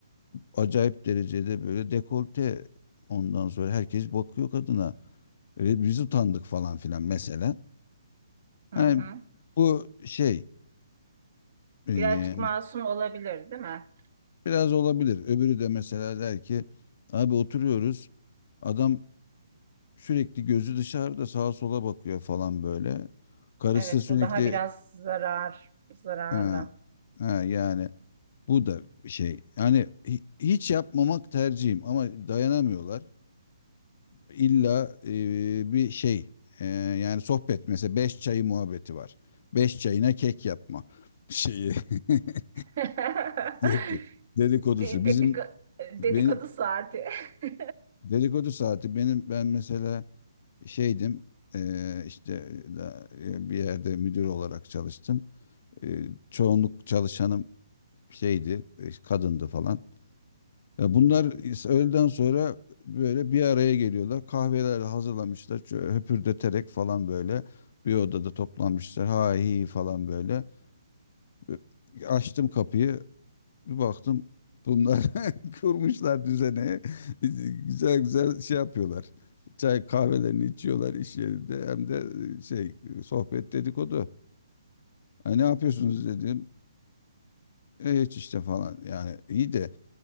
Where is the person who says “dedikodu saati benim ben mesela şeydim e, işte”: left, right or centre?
Left